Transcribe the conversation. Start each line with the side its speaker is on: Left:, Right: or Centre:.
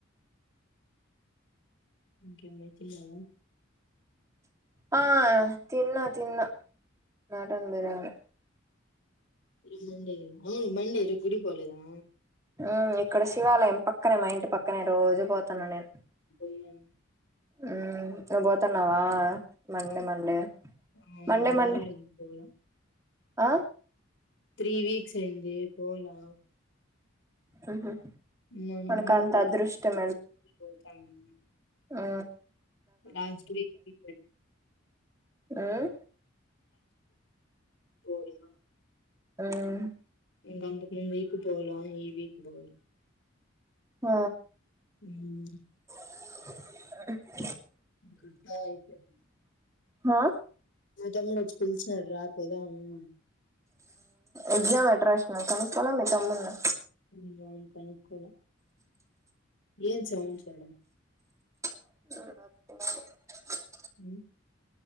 Left: ఇంకా ఏమి తిన్నావా
Right: ఆ తిన్న తిన్న మటన్ బిర్యానీ
Left: ఈ రోజు మండే అవును మండే ఈ రోజు గుడికి పోలేదా
Right: ఆ ఇక్కడ శివాలయం పక్కనే మా ఇంటి పక్కనే రోజు పోతున్నా నేను
Left: బోయ్యం
Right: ఆ నువ్వు పోతన్నావా మండే
Left: ఆ
Right: మండే
Left: ఆ!
Right: మండే
Left: మూడు వారాలు
Right: మండే
Left: అయింది పోలా
Right: ఆ
Left: త్రీ వీక్స్ అయింది పోలె
Right: ఉహు
Left: మరి
Right: మనకు
Left: మొన్న
Right: అంత
Left: ఎప్పుడే
Right: అదృష్టం
Left: పోతండు
Right: ఆ
Left: లాస్ట్ వీక్ కి
Right: ఉం
Left: పోలేను
Right: ఉం
Left: ఇంకా అంతకూ ఈ వీక్ పోల ఈ వీక్ పోల
Right: ఆ
Left: ఉం
Right: ఆ <inaudible>
Left: గట్టా అయిపోయింది
Right: హా
Left: మా తమ్ముడు వచ్చి పిలిచినాడు రాపోదాముని
Right: ఎగజామ్ ఎట్రాస్ కనుక్ కోల మీ తమ్ముణ్ణి
Left: <unintelligible> ఏం సౌం సడం
Right: <inaudible>
Left: ఉం